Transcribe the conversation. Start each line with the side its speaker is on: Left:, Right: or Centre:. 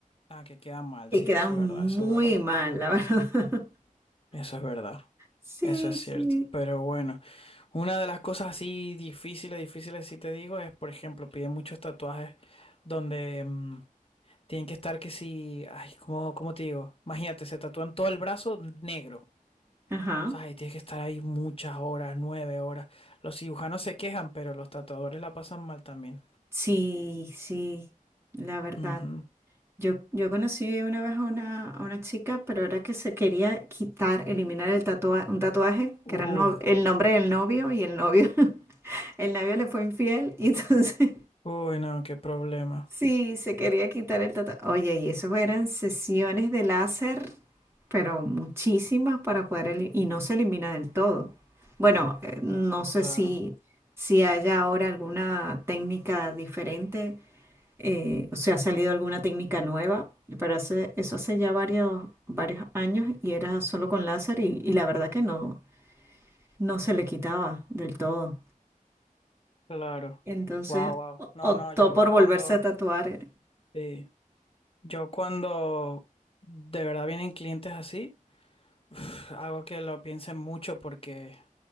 Left: Ah, que queda mal,
Right: que
Left: sí,
Right: quedan
Left: eso es
Right: muy
Left: verdad, eso es verdad,
Right: mal, la verdad. <laughs>
Left: eso es verdad,
Right: Sí,
Left: eso es cierto.
Right: sí.
Left: Pero bueno, una de las cosas así difíciles, difíciles, si te digo, es, por ejemplo, piden muchos tatuajes donde... mm, Tienen que estar que si, ay, ¿cómo, cómo te digo? Imagínate, se tatúan todo el brazo negro.
Right: Ajá.
Left: Ay, tienes que estar ahí muchas horas, nueve horas. Los cirujanos se quejan, pero los tatuadores la pasan mal también.
Right: Sí, sí, la verdad.
Left: Ujú.
Right: Yo, yo conocí una vez a una, a una chica, pero era que se quería quitar, eliminar el tatua- un tatuaje,
Left: Uf,
Right: que era el, no- el nombre del novio, y el novio, <laughs> el novio le fue infiel, y entonces
Left: uy, no, qué problema.
Right: <laughs> sí, se quería quitar el tatuaje. Oye, y eso eran sesiones de láser, pero muchísimas para poder, eli- y no se elimina del todo. Bueno, eh, no sé
Left: Claro,
Right: si, si haya ahora alguna técnica diferente eh, o sea, ha salido alguna técnica nueva, pero hace, eso hace ya varios, varios años y era solo con láser y, y la verdad que no, no se le quitaba del todo.
Left: claro.
Right: Entonces
Left: Wow, wow.
Right: o-
Left: No,
Right: optó
Left: no, yo
Right: por volverse
Left: cuando,
Right: a tatuar.
Left: sí, yo cuando de verdad vienen clientes así, pf, hago que lo piensen mucho porque,